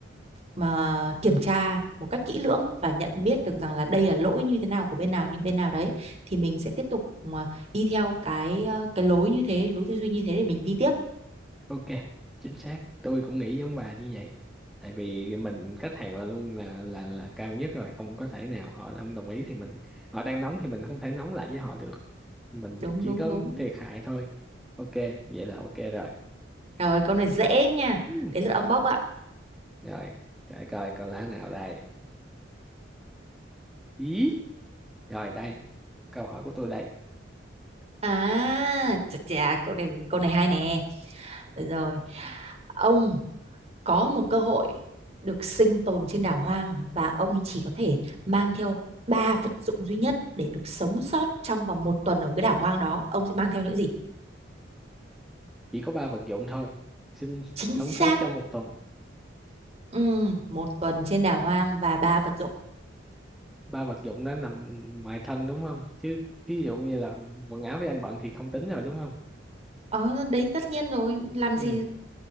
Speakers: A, on the right; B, in the centre.
A: mà kiểm tra một cách kỹ lưỡng và nhận biết được rằng là đây là lỗi như thế nào của bên nào những bên nào đấy thì mình sẽ tiếp tục mà đi theo cái ờ, cái lối như thế lối tư duy như thế để mình đi tiếp
B: ok chính xác tôi cũng nghĩ giống bà như vậy tại vì mình khách hàng là luôn là là là cao nhất rồi không có thể nào họ không đồng ý thì mình họ đang nóng thì mình không thể nóng lại với họ được mình
A: đúng
B: chỉ
A: đúng
B: có
A: đúng
B: thiệt hại thôi ok vậy là ok rồi
A: rồi câu này dễ nha
B: Ừ.
A: đến lượt ông bóc ạ
B: rồi để coi con lá nào đây ý rồi đây câu hỏi của tôi đây
A: à chà chà câu này câu này hay nè Được rồi ông có một cơ hội được sinh tồn trên đảo hoang và ông chỉ có thể mang theo ba vật dụng duy nhất để được sống sót trong vòng một tuần ở cái đảo hoang đó ông sẽ mang theo những gì
B: chỉ có ba vật dụng thôi xin
A: chính
B: sống sót
A: xác
B: trong một tuần
A: Ừm, một tuần trên đảo hoang và ba vật dụng
B: ba vật dụng đó nằm ngoài thân đúng không chứ ví dụ như là quần áo với ăn bận thì không tính rồi đúng không
A: ờ đấy tất nhiên rồi làm
B: ừ.
A: gì